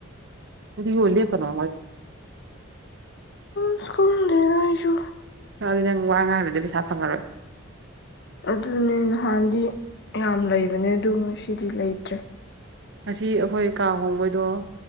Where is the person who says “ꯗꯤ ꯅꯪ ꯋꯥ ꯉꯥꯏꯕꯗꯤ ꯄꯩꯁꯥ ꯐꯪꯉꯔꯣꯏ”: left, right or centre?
Right